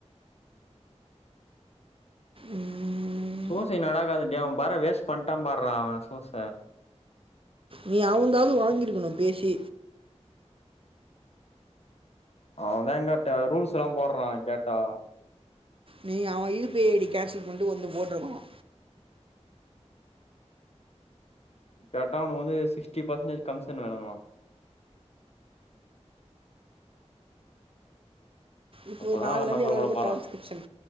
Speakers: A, on the right; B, on the left.
A: ம்,
B: சூசை நடகாதுன்டே அவன் பாறா வேஸ்ட் பண்டான் பார்றா அவன் சூச
A: நீ அவுன்ந்தாது வாங்கிருக்கணு பேசி
B: அவன் தான்ங்கேட்ட ரூல்ஸ் எல்லா போடுறா கேட்டா
A: நீங்க அவன் யு பி ஐடி கேன்சல் பண்ட்டு வந்து போட்டுருக்கனு
B: கேட்டா அவனுக்கு வந்து சிக்ஸ்டி பெர்சன்டேஜ் கமிஷன் வேணுமா
A: இப்போ
B: அப்பதா
A: நாள்லருந்து
B: அவர் நம்பர்
A: எல்லாருக்கு
B: கூட போறா
A: டிரான்ஸ்கிரிப்ஷன்